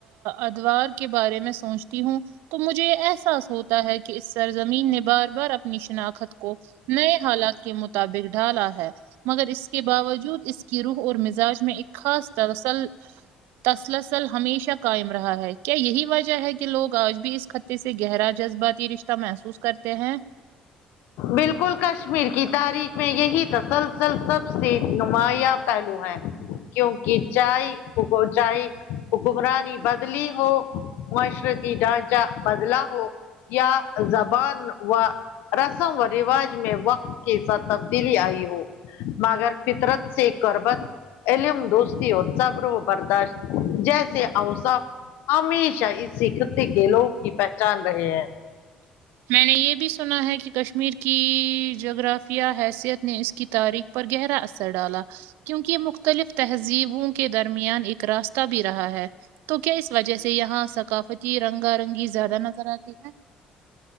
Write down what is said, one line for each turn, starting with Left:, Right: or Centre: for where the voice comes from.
Right: ادوار کے بارے میں سوچ تی ہوں تو مجھے یہ احساس ہوتا ہے کہ اس سرزمین نے بار بار اپنی شناخت کو نئے حالات کے مطابق ڈھالا ہے مگر اس کے باوجود اس کی روح اور مزاج میں ایک خاصل تواصل تسلسل ہمیشہ قائم رہا ہے کیا یہی وجہ ہے کہ لوگ آج بھی اس خطے سے گہرا جذباتی رشتہ محسوس کرتے ہیں
Left: بالکل کشمیر کی تاریخ میں یہی تسلسل سب سے نمایاں پہلو ہے کیونکہ چائے پک <unintelligible> چائے حکمرانی بدلی ہو معاشرتی ڈھانچہ بدلا ہو یا زبان و و رواج میں وقت کے ساتھ تبدیلی آئی ہو مگرر فترت سے کربت علم دوستی اور صبر و برداشت جیسے اوصاف ہمیشہ اسی خطے کے لوگ کی پہچان رہے ہیں
Right: میں نے یہ بھی سنا ہے کہ کشمیر کی جغرافیہ حیثیت نے اس کی تاریخ پر گہرا اثر ڈالا کیونکہ یہ مختلف تہذیبوں کے درمیان ایک راستہ بھی رہا ہے تو کیا اس وجہ سے یہاں ثقافتی رنگا رنگی زیادہ نظر آتی ہے